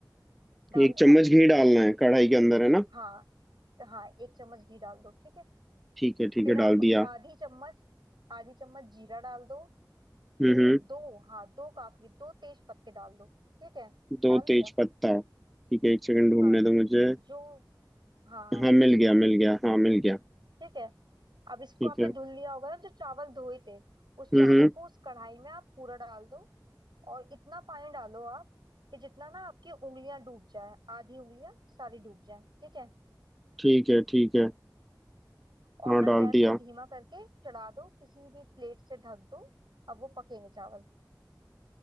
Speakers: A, on the right; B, in the centre.
A: डाल
B: एक
A: दिया
B: चम्मच घी डालना है कढ़ाई के अंदर है ना
A: हाँ हाँ एक चम्मच घी डाल दो ठीक है
B: ठीक है ठीक
A: फिर
B: है डाल
A: आप
B: दिया
A: आधी चम्मच आधी चम्मच जीरा डाल दो ये
B: हम्म हम्म
A: दो हाँ दो काफी दो तेज पत्ते डाल दो ठीक है
B: दो
A: डाल
B: तेज
A: दिया
B: पत्ता ठीक है एक सेकंड ढूंढने
A: हाँ
B: दो मुझे
A: जो हाँ हाँ
B: हाँ
A: देख
B: मिल
A: लो देख
B: गया
A: लो
B: मिल गया हाँ मिल गया
A: ठीक है अब इसको
B: ठीक
A: आपने
B: है
A: धुल लिया होगा ना जो चावल धोए थे उस
B: हम्म
A: चावल
B: हम्म,
A: को उस कढ़ाई में आप पूरा डाल दो और इतना पानी डालो आप कि जितना ना आपकी उंगलियां डूब जाए आधी उंगलियां सारी डूब जाए ठीक है
B: ठीक है ठीक है
A: और
B: हाँ
A: ना
B: डाल
A: गैस
B: दिया
A: को धीमा करके चढ़ा दो किसी भी प्लेट से ढक दो अब वो पकेंगे चावल